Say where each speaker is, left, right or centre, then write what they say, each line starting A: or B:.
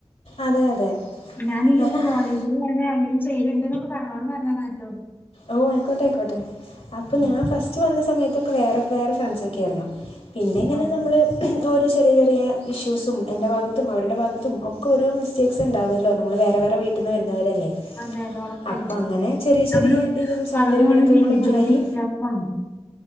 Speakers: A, on the left; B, on the left.
A: അതെ അതെ
B: ഞാനിനീ
A: ഞാൻ
B: ഇപ്പ
A: ആ-
B: കോളേജ് നിങ്ങളെല്ലാം അങ്ങനൊക്കെ ചെയ്യല്ണ്ട് എന്നൊക്ക പറഞ്ഞതൊണ്ട് പറഞ്ഞതാട്ടൊ
A: ഓ ആയിക്കോട്ടെ ആയിക്കോട്ടെ അപ്പൊ
B: ഉം.
A: ഞാൻ ഫസ്റ്റ് വന്ന സമയത്തൊക്കെ വേറെ വേറെ ഫ്രണ്ട്സൊക്കെ ആയിരുന്നു. പിന്നിങ്ങനെ
B: ആഹ്.
A: നമ്മള് ഓരോ ചെറിയ ചെറിയ ഇഷ്യൂസും എൻ്റെ ഭാഗത്തും അവരുടെ ഭാഗത്തും ഒക്കെ ഓരോ മിസ്റ്റേക്സുണ്ടാവ്വല്ലോ നമ്മള് വേറെ വേറെ വീട്ടീന്ന് വരുന്നവരല്ലേ
B: അതെ അതെ ഒറപ്പായിട്ടും.
A: അപ്പങ്ങനെ ചെറിയ
B: നമ്മളും
A: ചെറിയ രീതില് സൗന്ദര്യപെണക്കങ്ങളൊക്കെയായി
B: വളർന്ന് വന്ന ജീവിത രീതി വ്യത്യാസമാണ്.